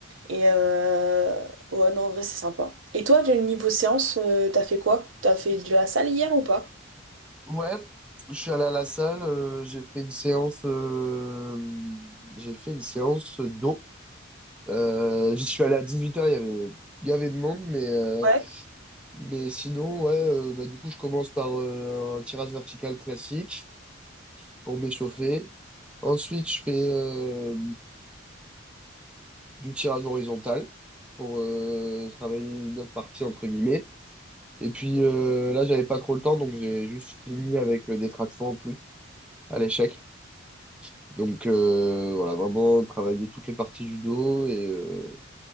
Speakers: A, on the right (about 70°); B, in the centre.
A: Et euh, ouais, non, en vrai, c'est sympa. Et toi, du niveau séance, euh, t'as fait quoi? T'as fait de la salle hier ou pas?
B: Ouais, je suis allé à la salle, euh, j'ai fait une séance, euh, j'ai fait une séance d'eau. Euh, j'y suis allé à 18h, il y avait, il y avait de monde, mais, euh,
A: Ouais.
B: mais sinon, ouais, euh, bah, du coup, je commence par euh, un tirage vertical classique pour m'échauffer. Ensuite, je fais euh, du tirage horizontal pour euh, travailler une autre partie, entre guillemets. Et puis euh, là, j'avais pas trop le temps, donc j'ai juste fini avec euh, des tractions en plus à l'échec. Donc euh, voilà, vraiment travailler toutes les parties du dos et euh,